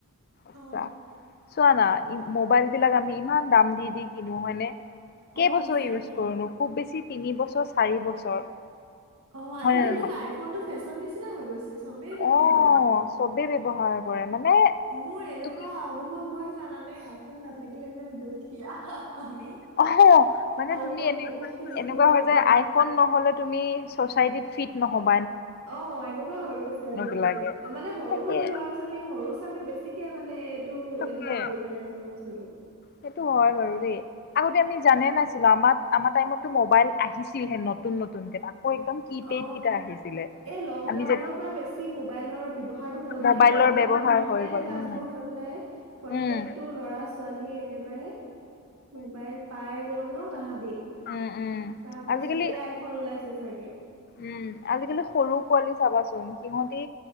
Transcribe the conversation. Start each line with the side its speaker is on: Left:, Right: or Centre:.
Left: আচছা।
Right: অ
Left: চোৱানা মোবাইল বিলাক আমি ইমান দাম দি দি কিনো হয়নে? কেইবছৰ
Right: অ সঁচাকে
Left: ইউজ কৰো নো? খুব বেছি তিনি বছৰ চাৰি বছৰ।
Right: অঁ আজিকালিটো
Left: হয় নে নহয়?
Right: আইফোন টো ফেশ্বন নিচিনা হৈ গৈছে। চবেই ব্যৱহাৰ
Left: অ'
Right: কৰে।
Left: চবেই ব্যৱহাৰ কৰে মানে
Right: মোৰ এনেকুৱা
Left: তুমি
Right: অনুভৱ হয় যানা নে আইফোন নাথাকিলে যেন দুখীয়া। আমি
Left: অঁহ' মানে
Right: আইফোন
Left: তুমি এনে
Right: থকা খিনি
Left: এনেকুৱা
Right: পুৰা
Left: হয়
Right: একদম
Left: যে আইফোন নহলে তুমি চ'চাইটিত ফিট নহব।
Right: অ এনেকুৱা হৈ গৈছে আজিকালি,
Left: বিলাকে
Right: মানে সৰু
Left: তাকে
Right: সৰু ল'ৰা ছোৱালী সৰু চামে বেছিকে মানে এইটো
Left: তাকে
Right: এনেকুৱা কৰি পেলাইছে বস্তুটো।
Left: সেইটো হয় বাৰু দেই, আগতে আমি জানাই নাছিলো আমাৰ আমাৰ টাইমতো মবাইল আহিছিল হে নতুন নতুন নতুন কে, তাকো একদমড কীপেড
Right: অ।
Left: কিতা আহিছিলে।
Right: এই লকডাউনৰ
Left: আমি যে
Right: পৰা বেছি মোবাইলৰ ব্যৱহাৰতো হ'ল,
Left: মোবাইলৰ
Right: কেনেকে জানানে?
Left: ব্যৱহাৰ
Right: অনলাইন
Left: হৈ গ'ল
Right: ক্লাছ
Left: উম।
Right: বোৰ হৈ পেলাই প্ৰত্যেকটো
Left: উম
Right: ল'ৰা ছোৱালী একেবাৰে মোবাইল পাই গ'ল ন তাহাঁতি।
Left: উম উম
Right: তাৰ পাছতে
Left: আজিকালি
Right: আইফোন ওলাইছে চাগে।
Left: উম। আজিকালি সৰু পোৱালি চাবাচোন সিহঁতি